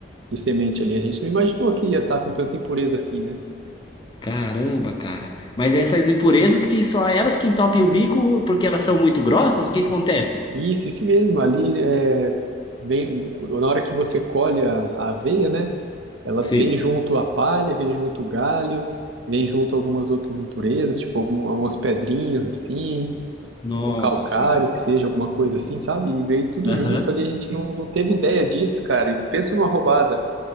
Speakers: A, on the right (about 85°); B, on the left (about 25°).
A: de semente ali. A gente não imaginou que ia estar com tanta impureza assim, né?
B: Caramba, cara. Mas essas impurezas que só elas que entopem o bico porque elas são muito grossas, o que que acontece?
A: Isso, isso mesmo. Ali é, vem, na hora que você colhe a, a aveia, né? Ela
B: Sim.
A: vem junto a palha, vem junto o galho, vem junto algumas outras impurezas, tipo algum- algumas pedrinhas assim.
B: Nossa,
A: o calcário,
B: Fábio.
A: que seja, alguma coisa assim, sabe? E veio tudo
B: Aham.
A: junto ali, a gente não, não teve ideia disso, cara. E pensa numa roubada.